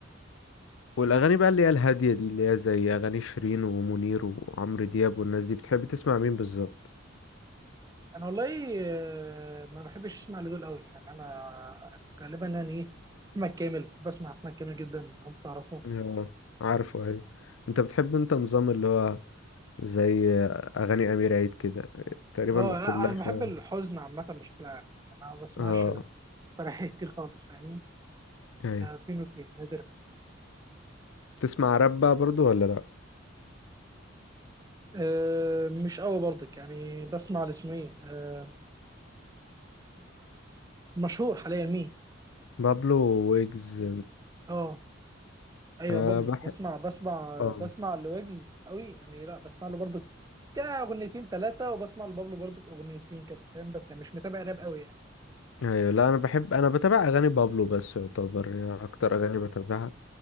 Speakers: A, on the left (about 70°); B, on the right (about 15°).
A: والاغاني بقى اللي هي الهاديه دي اللي هي زي اغاني شيرين ومنير وعمرو دياب والناس دي بتحب تسمع مين بالظبط
B: انا والله آه، ما بحبش اسمع لدول قوي يعني انا غالبا يعني ايه احمد كامل بسمع احمد كامل جدا لو بتعرفه
A: آه، عارفه ايوه انت بتحب انت نظام اللي هو زي اغاني امير عيد كده تقريبا
B: اه لا
A: كلها
B: انا
A: شبه
B: بحب الحزن عامه بشكل عام يعني انا ما بسمعش
A: اه
B: فرح كتير خالص فاهمني
A: ايوه
B: ده فين وفين نادر
A: تسمع راب بقى برضو ولا لا
B: أه مش قوي برضك يعني بسمع لاسمه ايه أه مشهور حاليا مين
A: بابلو ويجز
B: اه ايوه
A: أه
B: بابلو
A: بحب
B: بسمع بسمع
A: اه
B: بسمع لويجز قوي يعني لا بسمع له برضك كاغنيتين ثلاثه وبسمع لبابلو برضك اغنيتين كده فاهم بس يعني مش متابع راب قوي يعني
A: ايوه لا انا بحب انا بتابع اغاني بابلو بس يعتبر يعني اكتر اغاني بتابعها